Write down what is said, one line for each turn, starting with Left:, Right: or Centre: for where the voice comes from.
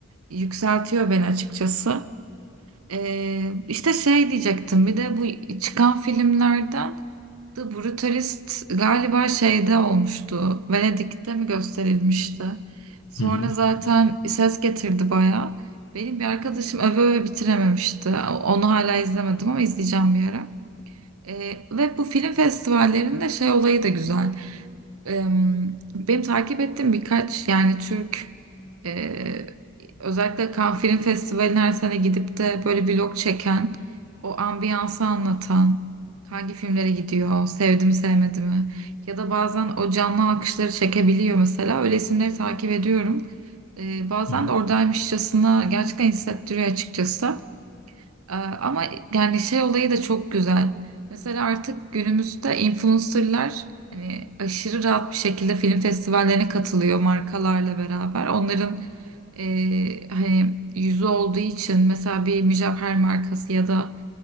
Right: yükseltiyor beni açıkçası. Ee, işte şey diyecektim bir de bu çıkan filmlerden The Brutalist galiba şeyde olmuştu. Venedik'te mi gösterilmişti? Sonra
Left: Hı hı.
Right: zaten ses getirdi bayağı. Benim bir arkadaşım öve öve bitirememişti. Onu hala izlemedim ama izleyeceğim bir ara. Ee, ve bu film festivallerinde şey olayı da güzel. Em, benim takip ettiğim birkaç yani Türk e, özellikle Cannes Film Festivali'ne her sene gidip de böyle vlog çeken o ambiyansı anlatan hangi filmlere gidiyor sevdi mi sevmedi mi ya da bazen o canlı alkışları çekebiliyor mesela öyle isimleri takip ediyorum. E, bazen
Left: Hı hı.
Right: de oradaymışçasına gerçekten hissettiriyor açıkçası. Ee, Ama yani şey olayı da çok güzel. Mesela artık günümüzde influencerlar hani aşırı rahat bir şekilde film festivallerine katılıyor markalarla beraber. Onların e, hani yüzü olduğu için mesela bir mücevher markası ya da